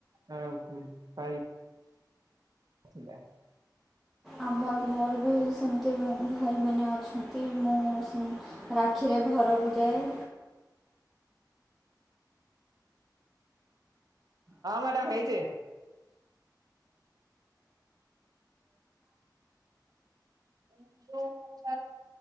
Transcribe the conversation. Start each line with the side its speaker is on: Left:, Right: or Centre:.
Right: ଅ ଉଁ ପାଇ ଥିଲେ?
Centre: ଆମର ମୋର ବି ଏଇ ସେମତି ମୁଁ ଭାଇମାନେ ଅଛନ୍ତି ମୁଁ ସେ ରାକ୍ଷୀରେ ଘରକୁ ଯାଏ।
Right: ହଁ ମ୍ୟାଡ଼ାମ ହେଇଚି। ଏଇ ଯୋଉ